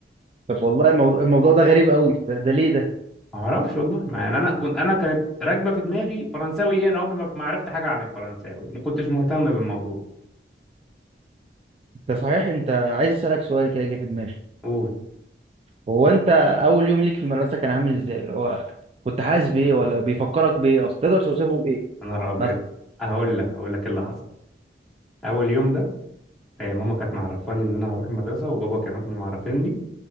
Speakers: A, on the right; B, in the centre.
A: طب والله الموضوع, الموضوع ده غريب قوي ده, ده ليه ده
B: ما اعرفش والله ما يعني انا كنت انا كانت راكبه في دماغي فرنساوي ايه انا عمري ما ما عرفت حاجه عن الفرنساوي ما كنتش مهتم بالموضوع
A: ده صحيح انت عايز اسالك سؤال كده جه في دماغي
B: قول
A: هو انت اول يوم ليك في المدرسه كان عامل ازاي اللي هو كنت حاسس بايه ولا بيفكرك بايه اصلا تقدر توصفه بايه
B: يا نهار ابيض
A: مثلا
B: هقول لك هقول لك إيه اللي حصل اول يوم ده آه، ماما كانت معرفاني ان انا هروح المدرسه وبابا كمان كانوا معرفيني